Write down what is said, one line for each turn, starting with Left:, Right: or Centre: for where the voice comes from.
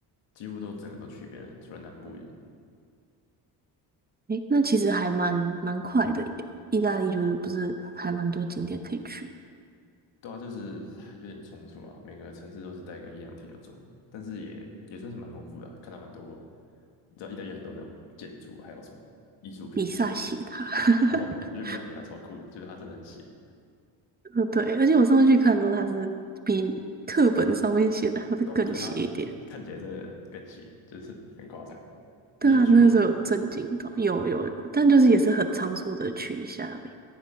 Left: 几乎都整个都去遍了，除了南部一点。
Right: 诶，那其实还蛮蛮快的耶。意大利就是不是还蛮多景点可以去，
Left: 对啊，就是有点冲突啊，每个城市都是待个一两天就走了，但是也也算是蛮丰富的啊看到蛮多，你知道意大利有很多那种建筑，还有什么艺术品，
Right: 比萨斜塔，
Left: 就觉得
Right: <laughs>
Left: 哦，我觉得比较邪啊，超酷的就是它真的很邪。
Right: 哦对，而且我上次去看的时候，它是比课本上面写的还会更斜一点。
Left: 但我觉得它看起来真的更邪，就是很夸张。你有去过吗？
Right: 对啊，那个时候有震惊到，有有有，但就是也是很仓促的去一下而已。